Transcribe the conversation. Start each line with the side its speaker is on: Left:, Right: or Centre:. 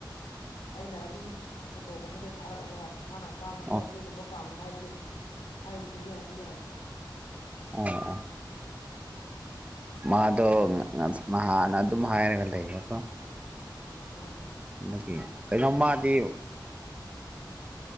Left: ꯑꯩꯅ ꯑꯗꯨꯝ ꯐꯣꯇꯣꯒꯨꯝꯕꯗ ꯊꯥꯔꯛꯑꯒ ꯃꯥꯅ ꯑꯄꯥꯝꯒꯖꯨ
Right: ꯑꯣ
Left: ꯗꯨꯒꯨꯝꯕ ꯄꯥꯝꯃꯦ ꯍꯥꯏꯕꯗꯤ ꯍꯥꯏꯕꯗꯤ ꯌꯥꯗꯤ ꯌꯥꯏ
Right: ꯑꯣ ꯑꯣ ꯃꯥꯗꯣ ꯅꯥꯟꯅ ꯑꯗꯨꯝ ꯍꯥꯏꯔꯒ ꯂꯩꯌꯦꯀꯣ
Left: ꯎꯝ
Right: ꯑꯗꯨꯒꯤ ꯀꯩꯅꯣꯃꯗꯤ